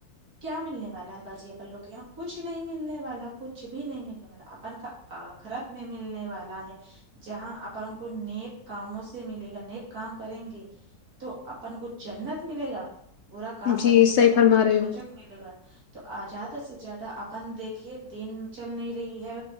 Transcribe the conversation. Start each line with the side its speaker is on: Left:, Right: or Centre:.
Right: کیا ملنے والا ہے باجی اپن لوگ کے یہاں کچھ نہیں ملنے والا کچھ بھی نہیں ملنے والا اپن کا اخرت میں ملنے والا ہے جہاں اپن کو نیک کاموں سے ملے گا نیک کام کریں گے تو اپن کو جنت ملے گا برا
Left: آپ
Right: کام کریں
Left: جی
Right: گے تو
Left: صحیح
Right: اپن
Left: فرما
Right: کو
Left: رہے
Right: دوجک
Left: ہو
Right: ملے گا تو زیادہ سے زیادہ اپن دیکھیے دن چل نہیں رہی ہے